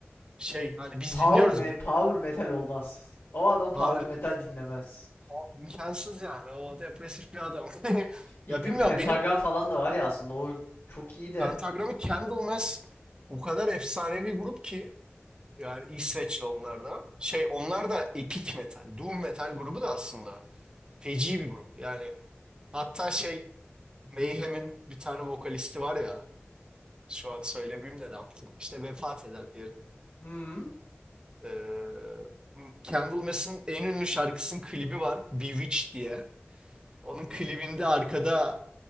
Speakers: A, on the right; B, on the left.
A: şey hani biz
B: Power
A: dinliyoruz.
B: me power metal olmaz. O adam power
A: Ha, evet.
B: metal dinlemez.
A: O imkansız yani. O depresif bir adam. <laughs>
B: İlk
A: Ya
B: gün
A: bilmiyorum
B: pentagram
A: benim
B: falan da var ya aslında o çok iyi de.
A: pentagramı Candlemass o kadar efsanevi grup ki yani İsveçli onlar da. Şey onlar da epic metal, doom metal grubu da aslında. Feci bir grup. Yani hatta şey Mayhem'in bir tane vokalisti var ya şu an söylemeyeyim de ne yaptım. İşte vefat eden diyelim.
B: Hı,
A: Ee, Candlemass'ın en ünlü şarkısının klibi var. Bewitched diye. Onun klibinde arkada